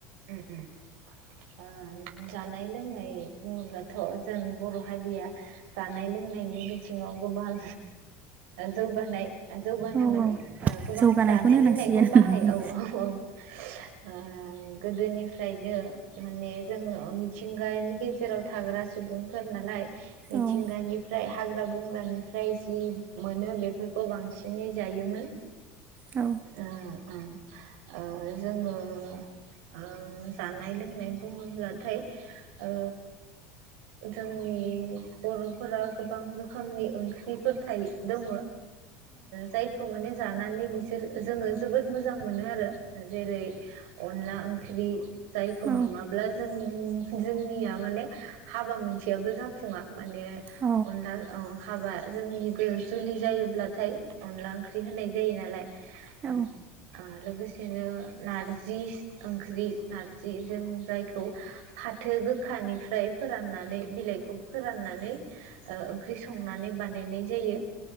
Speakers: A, on the right; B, on the right.
A: उम उम ओम जानाय लोंनाय बुङोब्लाथ जों बर हारिया जानाय लोंनायनि बिथिङाव गोबां जौगानाय। जौगानाय
B: औ
A: माने
B: औ
A: ओ गोबां
B: जौगानायखौनो
A: जानाय
B: होनांसिगोन
A: लोंनायखौ बाहायो औ औ औ। गोदोनिफ्रायनो माने जोङो मिथिंगानि गेजेराव थाग्रा सुबुंफोर नालाय मिथिंगानिफ्राय
B: औ
A: हाग्रा बंग्रानिफ्राय जि मोनो बेफोरखौ बांसिनै जायोमोन
B: औ
A: ओ ओं जोङो। ओ जानाय लोंनाय बुङोब्लाथाय ओ जोंनि बरफोरा गोबां रोखोमनि ओंख्रिफोर थायो दङ जायखौ माने जानानै बिसोर जोङो जोबोद मोजां मोनो आरो जेरै। अनला ओंख्रि जायखौ
B: औ
A: नङाब्ला जों जोंनिया माने हाबा मोनसेयाबो जाफुङा माने
B: औ
A: अनला औ हाबा जोंनिबो जुलि जायोब्लाथाय अनला ओंख्रि होनाय जायो नालाय।
B: औ
A: उम। ओ लोगोसेनो नार जि ओंख्रि नारजि जों जायखौ फाथो गोखानिफ्राय फोराननानै बिलाइखौ फोराननानै ओंख्रि संनानै बानायनाय जायो